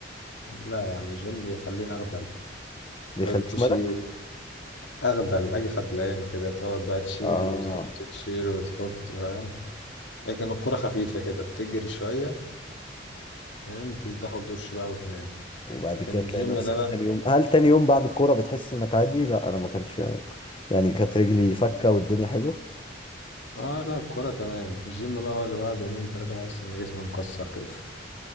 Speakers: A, on the left (about 70°); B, on the left (about 25°).
A: لا يا عم الجيم بيخليني اغدل
B: بيخليك
A: تقعد تشيل
B: ملك
A: اغدل اجي خدلان كده تقعد بقى تشيل
B: آه
A: وتحط تشيل وتحط فاهم لكن الكرة خفيفة كده بتجري شوية فاهم تيجي تاخد دش بقى وتنام
B: وبعد
A: لكن
B: كده
A: الجيم
B: تلاقي نفسك
A: ده بقى
B: تاني يوم هل تاني يوم بعد الكورة بتحس إنك عادي؟ لا أنا ما كانش يعني كانت رجلي فكة والدنيا حلوة
A: اه لا الكرة تمام الجيم بقى هو اللي بعد يومين تلاتة بحس ان جسمي مكسر كده